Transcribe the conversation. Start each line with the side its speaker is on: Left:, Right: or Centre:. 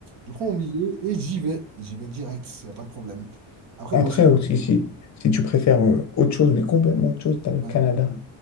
Right: Je prends mon billet et j'y vais. J'y vais direct, il n'y a pas de problème. Après,
Left: Après
Right: moi aussi,
Left: aussi, si,
Right: je me dis,
Left: si tu préfères euh, autre chose, mais complètement autre chose, tu as le
Right: euh,
Left: Canada.
Right: ouais,